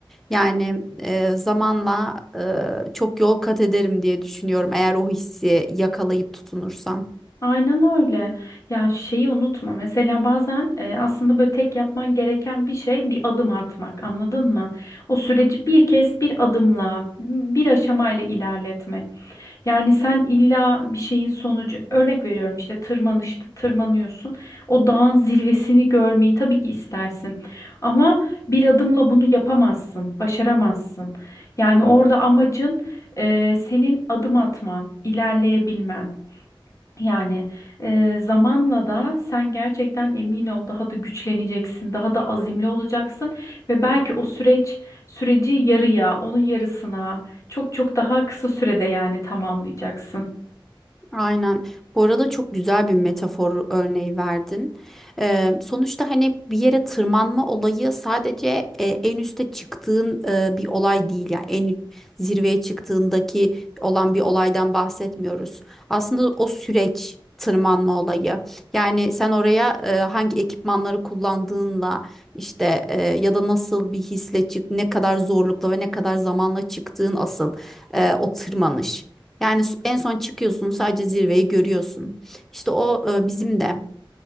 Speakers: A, in the centre; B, on the left.
A: Yani eee, zamanla eee, çok yol kat ederim diye düşünüyorum eğer o hissi yakalayıp tutunursam.
B: Aynen öyle. Ya şeyi unutma. Mesela bazen e, aslında böyle tek yapman gereken bir şey bir adım atmak. Anladın mı? O süreci bir kez bir adımla, bir aşamayla ilerletmek. Yani sen illa bir şeyin sonucu, örnek veriyorum işte tırmanışta tırmanıyorsun. O dağın zirvesini görmeyi tabii ki istersin. Ama bir adımla bunu yapamazsın, başaramazsın. Yani
A: Evet.
B: orada amacın e, senin adım atman, ilerleyebilmen. Yani e, zamanla da sen gerçekten emin ol daha da güçleneceksin, daha da azimli olacaksın ve belki o süreç süreci yarıya, onun yarısına çok çok daha kısa sürede yani tamamlayacaksın.
A: Aynen. Bu arada çok güzel bir metafor örneği verdin. Ee, sonuçta hani bir yere tırmanma olayı sadece e, en üste çıktığın e, bir olay değil. Yani en zirveye çıktığındaki olan bir olaydan bahsetmiyoruz. Aslında o süreç tırmanma olayı. Yani sen oraya e, hangi ekipmanları kullandığınla işte e, ya da nasıl bir hisle çık, ne kadar zorlukla ve ne kadar zamanla çıktığın asıl e, o tırmanış. Yani s- en son çıkıyorsun sadece zirveyi görüyorsun. İşte o e, bizim de